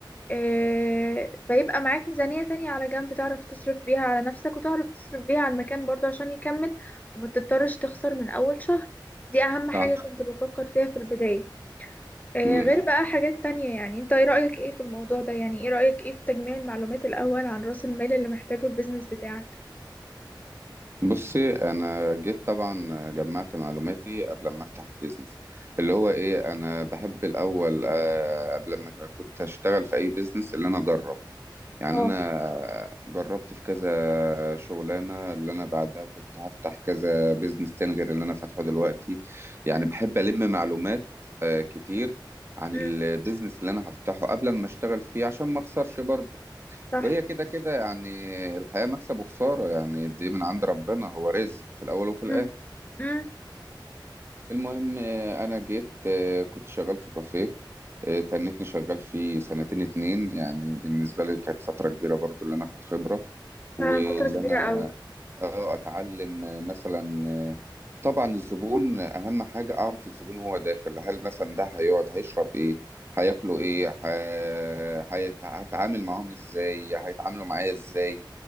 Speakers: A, on the left; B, on the right.
A: آه، فيبقى معاك ميزانية تانية على جنب تعرف تصرف بيها على نفسك وتعرف تصرف بيها على المكان برضه عشان يكمل وما تضطرش تخسر من اول شهر دي اهم حاجة
B: صح
A: كنت بفكر فيها في البداية آه،
B: مم.
A: غير بقى حاجات تانية يعني انت ايه رأيك ايه في الموضوع ده يعني ايه رأيك ايه في تجميع المعلومات الاول عن رأس المال اللي محتاجه البيزنس بتاعك
B: بصي انا جيت طبعا جمعت معلوماتي قبل ما افتح البيزنس اللي هو ايه انا بحب الاول آه، قبل ما كنت اشتغل في اي بيزنس اللي انا اجرب يعني
A: اه
B: انا جربت في كذا شغلانه اللي انا بعدها كنت هفتح كذا بيزنس تاني غير اللي انا فاتحه دلوقتي يعني
A: مم.
B: بحب الم معلومات آه، كتير عن
A: مم.
B: البيزنس اللي انا هفتحه قبل ما اشتغل فيه عشان ما اخسرش برضه
A: صح
B: وهي كده كده يعني الحياه مكسب وخساره يعني دي من عند ربنا هو رزق في الاول وفي
A: مم.
B: الاخر
A: مم.
B: المهم آه، انا جيت آه، كنت شغال في كافيه آه، تنتني شغال فيه سنتين اتنين يعني بالنسبة لي كانت فترة كبيرة برضو اللي أنا أخد خبرة واللي
A: فعلا فترة كبيرة
B: انا
A: قوي
B: اه اتعلم آه، مثلا آه، طبعا الزبون اهم حاجه اعرف الزبون وهو داخل هل مثلا ده هيقعد هيشرب ايه هياكلوا ايه ه- هيت- هتعامل معاهم ازاي هيتعاملوا معايا ازاي